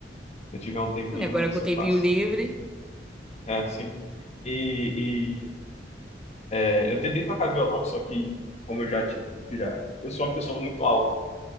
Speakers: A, on the left; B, in the centre.
A: Se eu tiver um tempinho,
B: E Agora
A: eu vou ver
B: com
A: se
B: o
A: eu faço.
B: tempinho livre.
A: É, sim. E, e, é, eu tentei tocar violão, só que como eu já, ti- já, eu sou uma pessoa muito alta.